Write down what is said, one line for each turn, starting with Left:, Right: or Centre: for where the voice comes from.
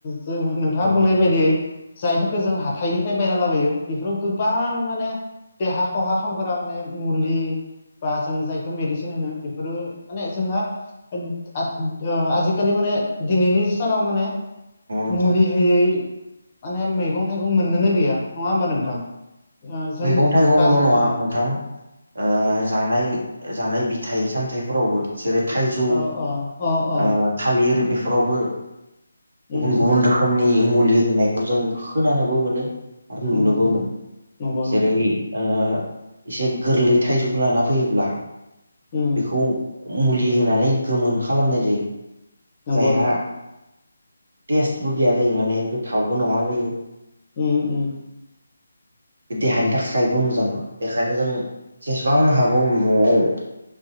Left: जों नोंथाङा
Right: नंगौ
Left: बुंनाय बायदियै जायफोरखौ जों हाथाइनिफ्राय बायना लाबोयो बेफोराव गोबां माने देहा खहा खामग्रा माने मुलि बा जों जायखौ मेडिसिन होनो बेफोरो माने जोंहा <unintelligible> ओ आजिखालि माने दिनैनि सानाव माने
Right: नोंथां
Left: मुलि होयै माने मैगं थाइगं मोननोनो गैया नङा होमबा
Right: <inaudible>
Left: नोंथां जों
Right: मैगं थाइगंल'
Left: बा
Right: नङा
Left: अ
Right: नोंथां ओ जानाय जानाय बिथाइ सामथाइफोरावबो जेरै थाइजौ
Left: अ अ अ
Right: ओ थालिर बेफोरावबो
Left: उम
Right: गुबुन गुबुन रोखो मनि मुलि होनायखौ जों खोनानोबो मोनो आरो नुनोबो
Left: उम उम
Right: मोन
Left: नंगौ
Right: जेरै
Left: नंगौ
Right: ओ एसे गोरलै थाइजौखौ लाना फैयोब्ला
Left: उम
Right: बेखौ मुलि होनानै गोमोन खालामनाय जायो
Left: नंगौ
Right: जायहा
Left: नोंथां
Right: टेस्टबो गैया जायो माने गोथावबो नङा जायो
Left: उम उम
Right: बे देहानि थाखायबो मोजां नङा बेखायनो जों जेसेबां हागौ न'आव